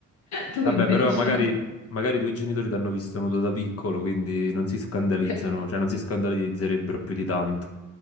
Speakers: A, on the left; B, on the left.
A: tu
B: Vabbè,
A: invece.
B: però magari, magari i tuoi genitori ti hanno visto nudo da piccolo, quindi non si scandalizzano,
A: <laughs>
B: cioè non si scandalizzerebbero più di tanto.